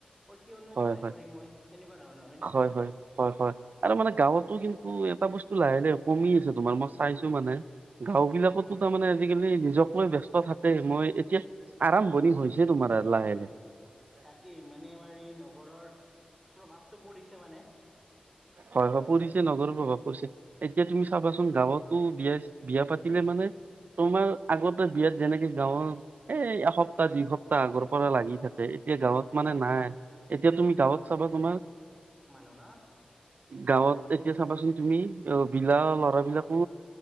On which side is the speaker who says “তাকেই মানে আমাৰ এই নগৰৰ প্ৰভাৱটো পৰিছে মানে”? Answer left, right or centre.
Centre